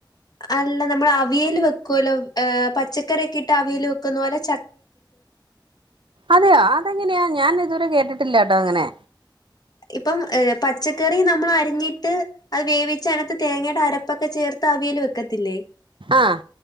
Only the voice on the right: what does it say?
അതെയോ അതെങ്ങനെയാ ഞാൻ ഇതുവരെ കേട്ടിട്ടില്ല ട്ടോങ്ങനെ
ആഹ്